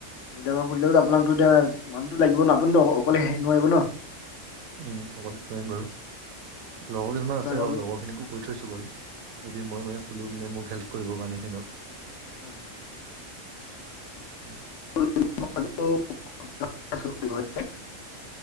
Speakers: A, on the left; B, on the right.
A: বইলা ফাম খুলিলেও তিয়া মানুহতু লাগিব ন আপুনি তু অকলে হেৰি নোৱাৰিব ন।
B: উম অকলে তু নোৱাৰি বাৰু লগৰ কিছুমান
A: আপোনাৰ
B: আছে
A: ধৰক
B: বাৰু লগৰ খিনিকো কৰি থৈছো বাৰু, যদি মই মানে খোলো মানে মোক হেল্প কৰিবৰ কাৰণে সেহতনক
A: হয় হয়।
B: উম।
A: <unintelligible>